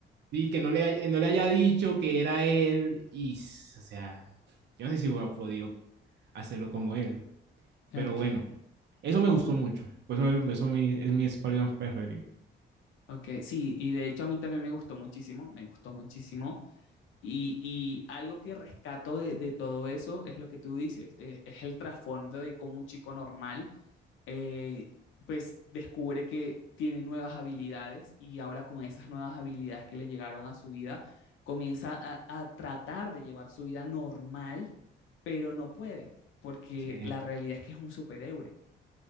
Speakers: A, on the right (about 60°); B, on the left (about 80°).
A: Y que no le, hay- no le haya dicho que era él, y, s- o sea, yo no sé si hubiera podido hacerlo como él, pero
B: Ok,
A: bueno, eso me gustó mucho, por eso,
B: ok,
A: eso mi- es mi Spider-Man preferido.
B: ok. Sí, y de hecho a mí también me gustó muchísimo, me gustó muchísimo. Y, y algo que rescato de, de, todo eso es lo que tú dices, es, es el trasfondo de cómo un chico normal eh, pues descubre que tiene nuevas habilidades y ahora con esas nuevas habilidades que le llegaron a su vida, comienza a, a tratar de llevar su vida normal, pero no puede, porque
A: Sí,
B: la realidad es que es un superhéroe,